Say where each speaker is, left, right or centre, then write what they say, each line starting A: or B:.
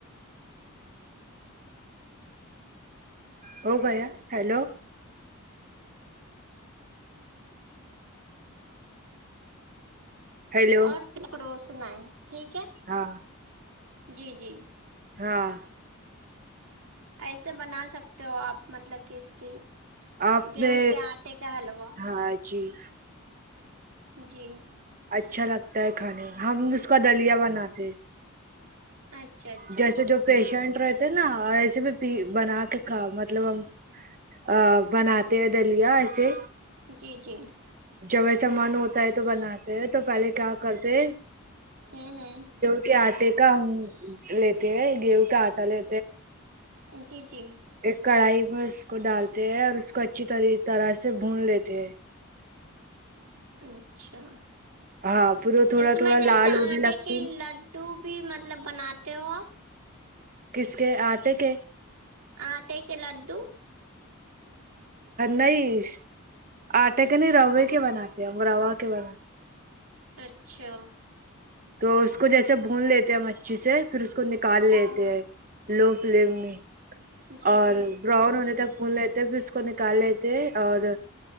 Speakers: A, on the right; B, on the right.
A: ہوگیا ہیلو ہیلو
B: اور پھر پروسنا ہے ٹھیک ہے
A: ہاں
B: جی جی
A: ہاں
B: ایسے بنا سکتے ہو آپ مطلب کہ اس کی
A: آپ
B: گیہوں
A: نے
B: کے آٹے کا حلوہ
A: ہاں جی
B: جی
A: اچھا لگتا ہے کھانے میں ہم اس کا دلیا بناتے
B: اچھا اچھا
A: جیسے جو پیشنٹ رہتے نا ایسے بھی پی بنا کے کھاؤ مطلب ہم ا بناتے ہیں دلیا ایسے
B: جی جی
A: جب ایسا من ہوتا ہے تو بناتے ہیں تو پہلے کیا کرتے
B: ہوں ہوں
A: کے آٹے کا ہم لیتے ہیں گیہوں کا آٹا لی
B: جی جی
A: ایک کڑھائی میں اس کو ڈالتے ہیں اور اس کو اچھی طرح سے بھون لیتے ہیں
B: اچھا
A: ہاں پھر وہ تھوڑا
B: اس
A: تھوڑا
B: میں
A: لال
B: جیسے
A: ہونے
B: آٹے
A: لگتی
B: کی لڈ ٹو بھی مطلب بناتے ہو آپ
A: کس کے آتے کے
B: آٹے کے لڈو
A: نہیں آٹے کے نہیں روے کے بناتے ہیں ہم روا کے بناتے
B: اچھا
A: تو اس کو جیسے بھون لیتے ہیں مچھی سے پھر اس کو نکال
B: ہاں
A: لیتے
B: ہاں
A: ہیں لو فلیم میں
B: جی
A: اور
B: جی
A: براؤن ہونےتا بھون لیتے پھر اس کو نکال لیتے اور